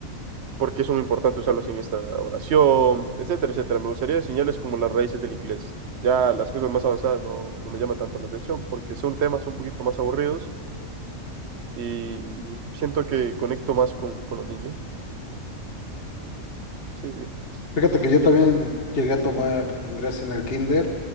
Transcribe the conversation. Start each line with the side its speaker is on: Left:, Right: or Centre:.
Right: porque es muy importante usarlos en esta oración, etcétera, etcétera. Me gustaría enseñarles como las raíces del inglés. Ya las cosas más avanzadas no, no me llaman tanto la atención porque son temas un poquito más aburridos y siento que conecto más con, con los niños. Sí, sí.
Left: Fíjate que yo
Right: Y-
Left: también llegué a tomar inglés en el kinder